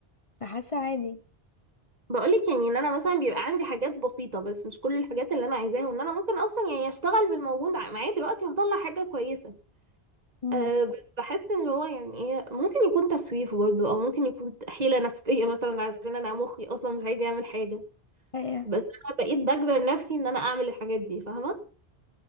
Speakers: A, on the left; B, on the right.
A: فحاسة عادي
B: بقولك يعني ان انا مثلا بيبقى عندي حاجات بسيطة بس مش كل الحاجات اللي انا عايزاها وان انا ممكن اصلا يعني اشتغل بالموجود ع- معايا دلوقتي وهطلع حاجة كويسة
A: امم
B: أه بس بحس ان هو يعني ايه ممكن يكون تسويف برضه او ممكن يكون حيلة نفسية <laughs> مثلا عشان انا مخي اصلا مش عايز يعمل حاجة
A: ايوه
B: بس انا بقيت بجبر نفسي ان انا اعمل الحاجات دي فاهمة